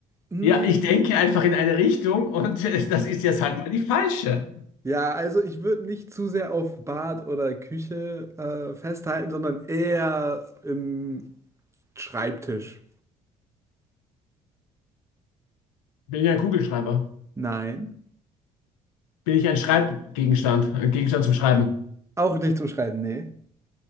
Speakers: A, on the right; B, on the left.
A: hm,
B: Ja, ich denke einfach in eine Richtung und <laughs> äh, das ist jetzt halt mal die falsche.
A: ja, also ich würde nicht zu sehr auf Bad oder Küche äh, festhalten, sondern eher im Schreibtisch.
B: Bin ja ein Kugelschreiber.
A: Nein.
B: Bin ich ein Schreibgegenstand, ein Gegenstand zum Schreiben?
A: Auch nicht zum Schreiben, nee.